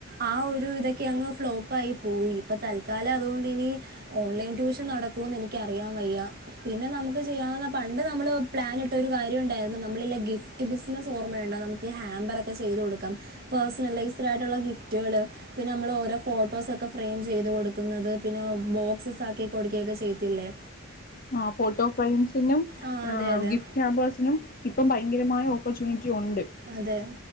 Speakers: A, on the right; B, on the left.
A: ആ ഒര് ഇതൊക്കെ അങ്ങ് ഫ്ലോപ്പായി പോയി ഇപ്പ തൽക്കാലം അതോണ്ടിനി ഓൺലൈൻ ട്യൂഷൻ നടക്കൂന്ന് എനിക്ക് അറിയാൻ വയ്യ. പിന്നെ നമ്മക്ക് ചെയ്യാവുന്ന പണ്ട് നമ്മള് പ്ലാനിട്ട് ഒരു കാര്യം ഉണ്ടായിരുന്നു. നമ്മളില്ലേ ഗിഫ്റ്റ് ബിസിനസ് ഓർമ്മയുണ്ടോ നമ്മക്ക് ഹാമ്പറൊക്കെ ചെയ്ത് കൊടുക്കാം പേഴ്സണലൈസ്ഡ് ആയിട്ടുള്ള ഗിഫ്റ്റുകള് പിന്നെ നമ്മള് ഓരോ ഫോട്ടോസൊക്കെ ഫ്രെയിം ചെയ്ത് കൊടുക്ക്ന്നത്. പിന്നെ ബോക്സസ് ആക്കി കൊട്കേക്കെ ചെയ്ത്തില്ലേ
B: ആഹ് ഫോട്ടോ ഫ്രെയിംസിനും
A: ആ അതെ അതെ
B: ഗിഫ്റ്റ് ഹാമ്പേഴ്സിനും ഇപ്പം ഭയങ്കരമായ ഓപ്പർച്യൂണിറ്റി ഒണ്ട്
A: അതെ